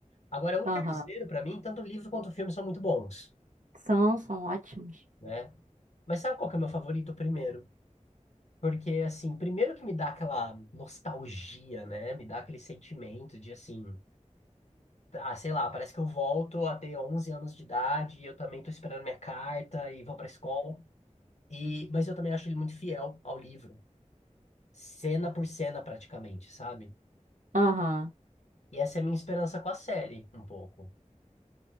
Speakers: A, on the left (about 60°); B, on the right (about 80°).
A: Agora, o
B: Aham.
A: terceiro, pra mim, tanto o livro quanto o filme são muito bons,
B: São, são ótimos.
A: né? Mas sabe qual que é o meu favorito primeiro? Porque, assim, primeiro que me dá aquela nostalgia, né? Me dá aquele sentimento de, assim, ah, sei lá, parece que eu volto a ter 11 anos de idade e eu também tô esperando minha carta e vou pra escola. E, mas eu também acho ele muito fiel ao livro, cena por cena, praticamente, sabe?
B: Aham.
A: E essa é a minha esperança com a série, um pouco.